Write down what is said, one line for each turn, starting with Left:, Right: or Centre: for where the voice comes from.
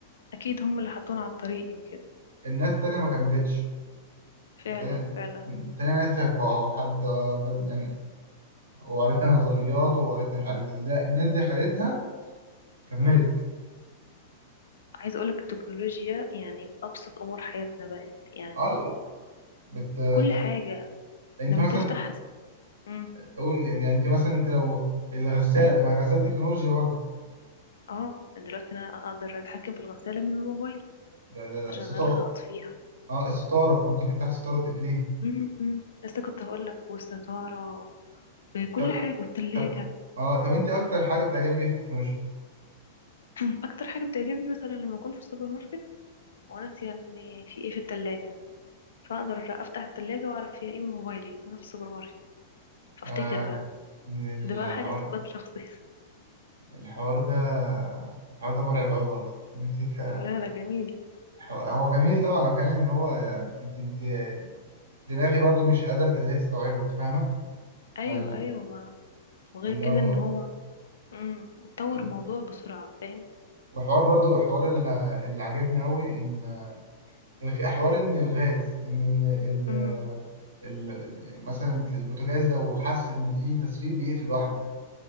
Left: اكيد هم اللي حطونا على الطريق يمكن
Right: الناس التانية ما كملتش
Left: فعلا
Right: التاني
Left: فعلا
Right: التاني نزل فهو حد بد يعني وقريتها نظريات وقريتها مش عارف ازاي الناس دي خدتها كملت
Left: امم عايزة اقولك التكنولوجيا يعني في ابسط امور حياتنا بقت يعني
Right: اه بت... انت
Left: في كل حاجة
Right: انت
Left: لما
Right: مثلا
Left: تفتح امم
Right: قول يعني انت مثلا انت لو الغسالة طب ما الغسالة دي تكنولوجيا برضه
Left: اه دلوقتي انا اقدر اتحكم في الغسالة من الموبايل
Right: لا لا لا
Left: اشغلها
Right: ستارة
Left: اطفيها
Right: اه الستارة ممكن تفتح الستارة تقفليها
Left: امم لسه كنت هقولك والستارة وكل
Right: طب
Left: حاجة والتلاجة
Right: طب اه طب انت اكتر حاجة بتعجبك ايه في التكنولوجيا؟
Left: <clears throat> مم. اكتر حاجه بتعجبني مثلا لما اكون في السوبر ماركت وناسيه ان في ايه في التلاجة فاقدر افتح التلاجة واعرف فيها ايه من موبايلي وانا في السوبر ماركت فافتكر
Right: آه
Left: بقى
Right: الحوار
Left: ده بقى حاجه استخدام شخصي
Right: الحوار ده الحوار ده مرعب قوي برضه انت ك-
Left: <laughs> لا لا جميل
Right: هو جميل طبعا هو كان ان هو يعني انت انت دماغي برضو مش قدرت ان هي تستوعبه انت فاهمه
Left: ايوه
Right: فاللي
Left: ايوه ما وغير
Right: هو
Left: كده ان هو امم اتطور
Right: إن-
Left: الموضوع بسرعه فاهم
Right: وحوار برضو حوار اللي, اللي عجبني قوي ان الغ- حوار ان الغاز ان إن ال...
Left: امم
Right: ال... ال- مثلا البوتاجاز لو حس ان في تسريب بيقفل لوحده